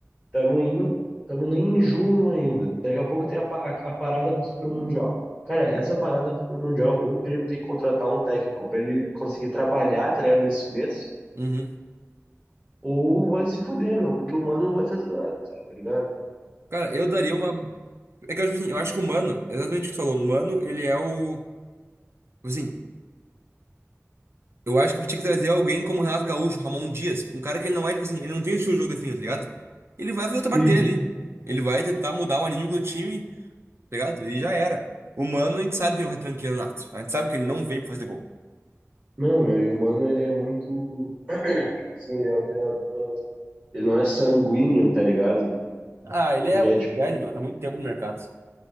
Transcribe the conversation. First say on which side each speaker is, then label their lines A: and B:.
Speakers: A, on the right; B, on the right.
A: Tamo em, tamo nem em junho ainda. Daqui a pouco tem a, pa- a, a parada pro Super Mundial. Cara, essa parada pro Super Mundial, ou o Grêmio tem que contratar um técnico pra ele conseguir trabalhar, tá ligado, nesse mês,
B: Uhum.
A: ou vai se fuder, meu, porque o Mano não vai fazer nada, cara, tá ligado?
B: Cara, eu daria uma. É que eu acho assim, eu acho que o Mano, exatamente o que tu falou, o Mano, ele é o. tipo Assim, eu acho que tinha que trazer alguém como Renato Gaúcho, Ramon Dias, um cara que ele não é, tipo assim, ele não tem o estilo de jogo definido, tá ligado? Ele vai fazer o trabalho
A: Uhum.
B: dele ali. Ele vai tentar mudar o anímico do time, tá ligado? E já era. O Mano, a gente sabe que ele é um retranqueiro nato. A gente sabe que ele não vem pra fazer gol.
A: Não, meu, e o Mano, ele é muito, tipo assim, ele é um treinador, ele não é sanguíneo, tá ligado?
B: Ah, ele
A: Ele
B: é muito
A: é, tipo,
B: velho, meu, tá muito tempo no mercado.